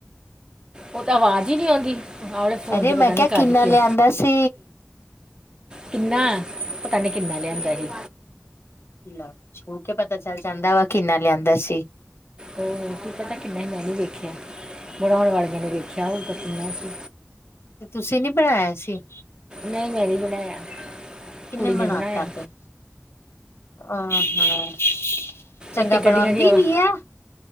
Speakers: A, on the right; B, on the left.
A: ਉਹ ਤਾਂ ਆਵਾਜ਼ ਹੀ ਨੀ ਆਉਂਦੀ, ਨਾਲੇੇ ਫੋਨ
B: ਅਰੇ
A: 'ਚ ਪਤਾ
B: ਮੈਂ ਕਿਹਾ
A: ਨੀ ਕਰਜ
B: ਕਿੰਨਾ
A: ਕਿਉਂ
B: ਲਿਆਂਦਾ ਸੀ
A: ਕਿੰਨਾ ਪਤਾ ਨੀ ਕਿੰਨਾ ਲਿਆਂਦਾ ਹੀ।
B: ਹਿਲਾ, ਛੂ ਕੇ ਪਤਾ ਚੱਲ ਜਾਂਦਾ ਵਾ ਕਿੰਨਾ ਲਿਆਂਦਾ ਸੀ।
A: ਓ, ਕੀ ਪਤਾ ਕਿੰਨਾ, ਮੈਂ ਨਹੀਂ ਵੇਖਿਆ, ਬਣਾਉਣ ਵਾਲਿਆਂ ਨੇ ਵੇਖਿਆ ਹੋਊਗਾ, ਕਿੰਨਾ ਸੀ
B: ਤੇ ਤੁਸੀਂ ਨੀ ਬਣਾਇਆ ਸੀ।
A: ਨਹੀਂ ਮੈਂ ਨੀ ਬਣਾਇਆ।
B: ਕਿੰਨੇ
A: ਕੁੜੀ ਨੇ
B: ਬਣਾਤਾ
A: ਬਣਾਇਆ
B: ਫੇਰ ਆਹ ਹਾਂ, ਚੰਗਾ
A: ਇੱਕ ਤੇ
B: ਬਣਵਾਉਂਦੀ
A: ਗੱਡੀਆਂ ਦੀ ਆਵਾ
B: ਵੀ ਐ।